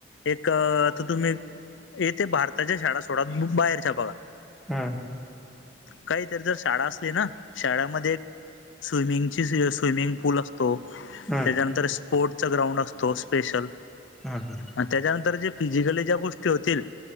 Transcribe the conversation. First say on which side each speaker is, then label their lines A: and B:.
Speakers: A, on the left; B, in the centre.
A: एक आता तुम्ही येथे भारताच्या शाळा सोडा तुम्ही बाहेरच्या बघा
B: हम्.
A: काहीतरी जर शाळा असली ना शाळेमध्ये स्विमिंग. <unintelligible> स्विमिंग पूल असतो
B: हम्म,
A: त्याच्यानंतर स्पोर्टचा ग्राउंड असतो स्पेशल.
B: हा हां.
A: आणि त्याच्यानंतर जे फिजिकली ज्या गोष्टी होतील